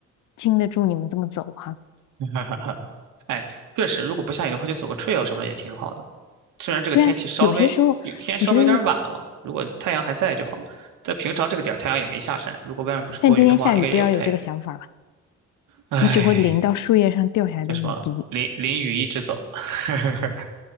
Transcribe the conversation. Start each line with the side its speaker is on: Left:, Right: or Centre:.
Left: 经得住你们这么走哈。
Right: <laughs> 哎，确实，如果不下雨的话，就走个 trail 什么的也挺好的。虽然这个天气稍微天稍微有点晚了，
Left: 对啊，有些时候我觉得，
Right: 如果太阳还在就好。但平常这个点儿太阳也没下山，如果外面不是多云的话，
Left: 但今天下雨不要有这个想法了，
Right: 应该也有太阳。唉，
Left: 你只会淋到树叶上掉下来的雨滴
Right: 叫什么？淋淋雨一直走。<laughs>